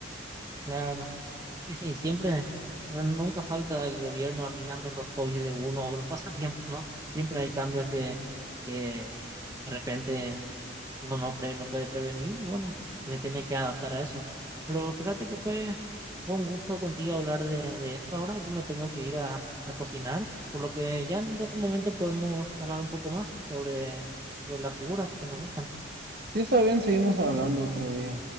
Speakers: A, on the right (about 15°); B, on the right (about 50°).
A: Claro. Sí, sí, siempre, no- nunca falta el gobierno arruinando los hobbies de uno o los <laughs> pasatiempos, ¿no? Siempre hay cambios que, que de repente uno no, pre- no puede prevenir y bueno, se tiene que adaptar a eso. Pero fíjate que fue, fue un gusto contigo hablar de, de esto ahora. Yo me tengo que ir a, a cocinar, por lo que ya en otro momento podemos hablar un poco más sobre, sobre las figuras que nos gustan.
B: Si está bien, seguimos hablando otro día.